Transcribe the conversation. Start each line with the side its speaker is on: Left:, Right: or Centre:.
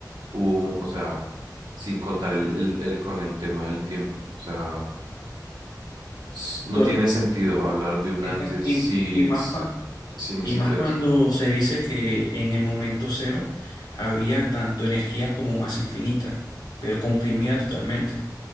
Right: hubo un- o sea, sin contar el, el, el- con el tema del tiempo. O sea, s- no
Left: To-
Right: tiene sentido hablar de un
Left: Exacto.
Right: antes
Left: Y,
Right: si,
Left: y más
Right: s-
Left: cuan-
Right: si ni
Left: y
Right: siquiera
Left: más cuando
Right: es,
Left: se dice que en el momento cero había tanto energía como masa infinita, pero comprimida totalmente.